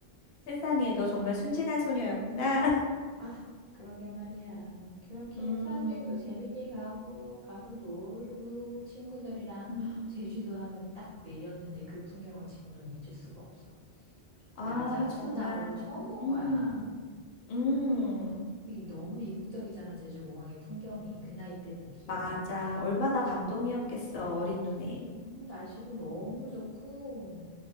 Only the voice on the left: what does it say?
세상에, 너 정말 순진한 소녀였구나. <laughs>
음,
음.
아,
정말.
음,
음.
맞아. 얼마나 감동이었겠어, 어린
눈에.